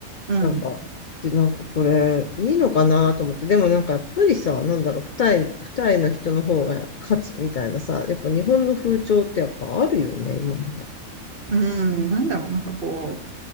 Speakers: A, on the right; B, on the left.
A: うん、
B: なんか、で、なんかこれ、いいのかなと思って。でもなんかやっぱりさ、なんだろう、二重、二重の人の方が勝つみたいなさ、やっぱ日本の風潮ってやっぱあるよね、今もね。
A: うん、なんだろう、なんかこ